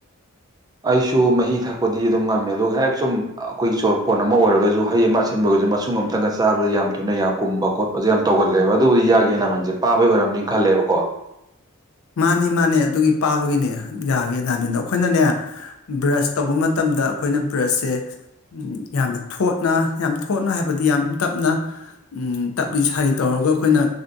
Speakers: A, on the right; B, on the left.
A: ꯑꯩꯁꯨ ꯃꯍꯤ ꯊꯛꯄꯗꯤ ꯑꯗꯨꯝ ꯉꯝꯃꯦ ꯑꯗꯨꯒ ꯍꯦꯛ ꯁꯨꯝ ꯑꯩꯈꯣꯏ ꯆꯣꯔ ꯐꯣꯟ ꯑꯃ ꯑꯣꯏꯔꯒꯁꯨ ꯍꯩ ꯑꯃ ꯁꯤꯟꯕꯒꯁꯨ ꯃꯁꯨꯡ ꯑꯃꯝꯇꯪꯒ ꯆꯥꯕ ꯌꯥꯝ ꯊꯨꯅ ꯌꯥ ꯀꯨꯝꯕ ꯈꯣꯠꯄꯁꯨ ꯌꯥꯝ ꯇꯧꯒꯜꯂꯦꯕ ꯑꯗꯨꯕꯨꯗꯤ ꯌꯥꯒꯤ ꯑꯦꯅꯥꯃꯦꯟꯁꯦ ꯄꯥꯕꯩ ꯑꯣꯏꯔꯝꯅꯤꯅ ꯈꯜꯂꯦꯕꯀꯣ
B: ꯃꯥꯅꯤ ꯃꯥꯅꯦ ꯑꯗꯨꯒꯤ ꯄꯥꯕꯒꯤꯅꯦ ꯌꯥꯒꯤ ꯑꯦꯅꯥꯃꯦꯟꯗꯣ ꯑꯩꯈꯣꯏꯅꯅꯦ ꯕ꯭ꯔꯁ ꯇꯧꯕ ꯃꯠ ꯃꯇꯝꯗ ꯑꯩꯈꯣꯏꯅ ꯕ꯭ꯔꯁꯁꯦ ꯌꯥꯝꯅ ꯊꯣꯠꯅ ꯌꯥꯝ ꯊꯣꯠꯅ ꯍꯥꯏꯕꯗꯤ ꯌꯥꯝ ꯇꯞꯅ ꯎꯝ ꯇꯞꯂꯤ ꯁꯥꯔꯤ ꯇꯧꯔꯒ ꯑꯩꯈꯣꯏꯅ